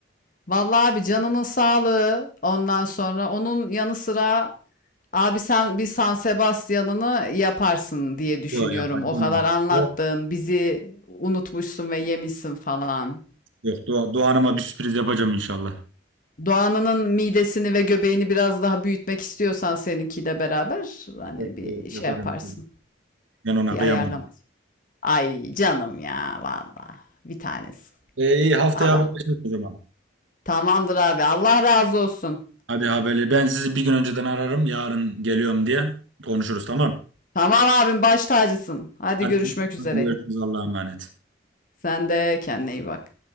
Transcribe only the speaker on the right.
Yok yapacağım.
Yok
yok, Doğa, Doğan'ıma bir sürpriz yapacağım inşallah.
Evet,
evet,
yapacağım.
Ben ona
kıyamam.
Ee, iyi haftaya
haberleşiriz o zaman.
Hadi haberle. Ben sizi bir gün önceden ararım. Yarın geliyorum diye konuşuruz tamam.
Hadi,
hadi görüşürüz Allah'a emanet.